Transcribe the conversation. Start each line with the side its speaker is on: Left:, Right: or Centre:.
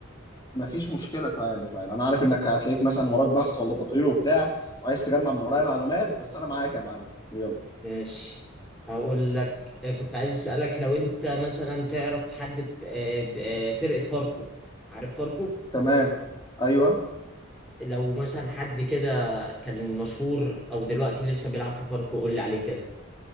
Left: مفيش مشكله تعالى تعالى انا عارف انك هتلاقيك مثلا وراك بحث ولا تقرير وبتاع وعايز تجمع من ورايا معلومات بس انا معاك يا معلم يلا
Centre: ماشي هقول لك آه، كنت عايز أسألك لو انت مثلا تعرف حد ب- آه، ب- آه، فرقة فاركو عارف فاركو
Left: تمام ايوه
Centre: لو مثلا حد كده كان مشهور او دلوقتي لسه بيلعب في فاركو قول لي عليه كده